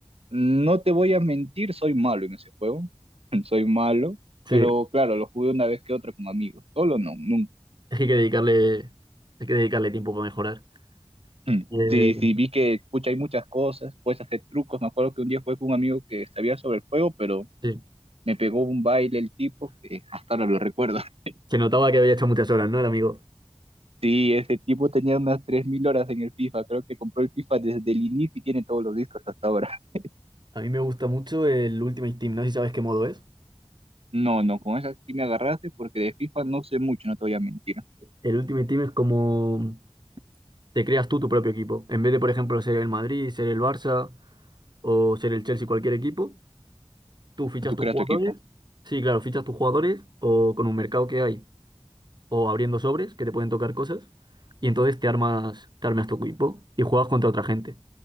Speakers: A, on the right (about 75°); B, on the right (about 45°).
A: No te voy a mentir, soy malo en ese juego. <laughs> Soy malo,
B: Sí.
A: pero claro, lo jugué una vez que otra con amigos. Solo no, nunca.
B: Es que hay que dedicarle, hay que dedicarle tiempo para mejorar.
A: Mm,
B: Eh,
A: Sí, sí, vi que, pucha, hay muchas cosas, puedes hacer trucos. Me acuerdo que un día jugué con un amigo que sabía sobre el juego, pero
B: sí.
A: me pegó un baile el tipo, que hasta ahora lo recuerdo. <laughs>
B: Se notaba que había hecho muchas horas, ¿no? El amigo.
A: Sí, ese tipo tenía unas 3.000 horas en el FIFA. Creo que compró el FIFA desde el inicio y tiene todos los discos hasta ahora. <laughs>
B: A mí me gusta mucho el Ultimate Team. No sé si sabes qué modo es.
A: No, no, con esa sí me agarraste porque de FIFA no sé mucho, no te voy a mentir.
B: El Ultimate Team es como te creas tú tu propio equipo. En vez de, por ejemplo, ser el Madrid, ser el Barça o ser el Chelsea, cualquier equipo. ¿Tú fichas
A: Tú
B: tus
A: creas
B: jugadores?
A: tu equipo.
B: Sí, claro, fichas tus jugadores o con un mercado que hay o abriendo sobres que te pueden tocar cosas y entonces te armas, te armas tu equipo y juegas contra otra gente.